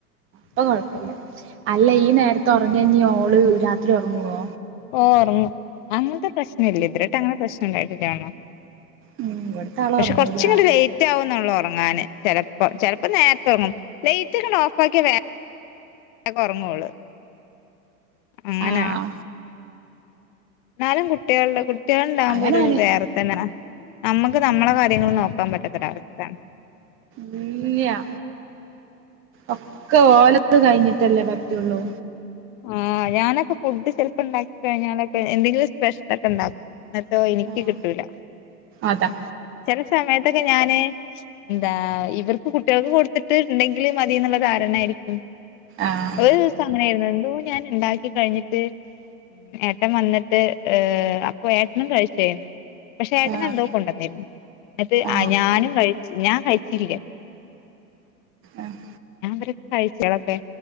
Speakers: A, on the right (about 25°); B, on the left (about 30°).
A: പ്പൊ കൊഴപ്പല്ല അല്ല ഈ നേരത്ത് ഒറെങ്ങ്യാ ഞ്ഞോള് രാത്രി ഒറെങ്ങോ
B: ഓഹ് ഒറെങ്ങും അങ്ങൻത്തെ പ്രശ്നം ഇല്ല ഇതെരേയ്ട്ട് അങ്ങനെ പ്രശ്നണ്ടായിട്ടില്ലന്നും
A: ഉം ഇവിടുത്തെ ആള്
B: പക്ഷെ
A: ഒറങ്ങൂല
B: കൊരച്ച്ങ്ങട്ട് ലെയ് റ്റാവുംന്നാെള്ളു ഒർങ്ങാന് ചെലപ്പാെ ചെലെപ്പാെ നേര്ത്തെ ഒർങ്ങും ലൈറ്റൊക്കാണ്ടോഫാക്ക്യ വേ ഗം ഒർങ്ങാേള് അങ്ങനാണ്
A: ആഹ്
B: ന്നാലും കുട്ട്യേള് ള്ളെ കുട്ട്യേള്ണ്ടാകുമ്പാെര്
A: അങ്ങനാണ്
B: വേറെ തന്നേണ് നമ്മക്ക് നമ്മളെ കാ ര്യങ്ങള് നോക്കാം പറ്റാത്തൊരവസ്ഥേണ്
A: ഇല്ല്യ ഒക്കെ ഓലത് കഴിഞ്ഞിട്ടല്ലേ പറ്റുള്ളൂ
B: ആഹ് ഞാനൊക്കെ ഫുഡ് ചെലപ്പോ ഉണ്ടാക്കി കഴിഞ്ഞാലൊക്കെ എന്തെങ്കിലും സ്പെഷ്യലൊക്കെ ഉണ്ടാക്കും എന്ന്ട്ടോ എനിക്ക്
A: ആഹ്
B: കിട്ടൂല
A: അതാ
B: ചെല സമയത്ത് ഞാന് എന്താ ഇവർക്ക് കുട്ടികൾക്ക് കൊടുത്തിട്ട് ഉണ്ടെങ്കിൽ മതി എന്നുള്ള ധാരണായിരിക്കും
A: ആഹ്
B: ഒരു ദിവസം അങ്ങനൊയിരുന്നു എന്തോ ഞാൻ ഉണ്ടാക്കി കഴിഞ്ഞിട്ട് ഏട്ടൻ വന്നിട്ട് അപ്പോ ഏട്ടനും കഴിച്ചയിന്ന് പക്ഷെ ഏട്ടനെന്തോ
A: ആഹ്
B: കൊണ്ടന്നിരുന്നു എന്നട്ട്
A: ആഹ്
B: ഞാനും കഴിച്ച് ഞാൻ കഴിച്ചില്ല
A: ആഹ്
B: <unintelligible> കഴ്ചകളൊക്കെ